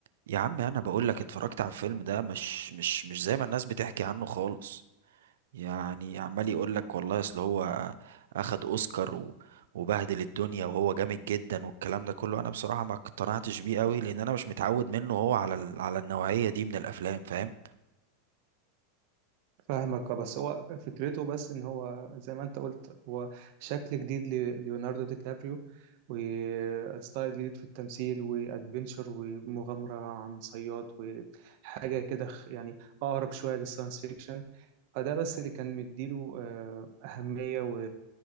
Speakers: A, on the right; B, on the right.
A: يا عم انا بقول لك اتفرجت على الفيلم ده مش مش مش زي ما الناس بتحكي عنه خالص يعني عمال يقول لك والله اصل هو اخد اوسكار و- وبهدل الدنيا وهو جامد جدا والكلام ده كله انا بصراحة ما اقتنعتش بيه قوي لان انا مش متعود منه هو على ال- على النوعية دي من الافلام فاهم
B: فاهمك اه بس هو فكرته بس ان هو زي ما انت قلت هو شكل جديد لليوناردو دي كابريو وستايل جديد في التمثيل وادفنتشر ومغامرة عن صياد وحاجة كده خ- يعني اقرب شوية للساينس فيكشن فده بس اللي كان مديله آه، أهمية و...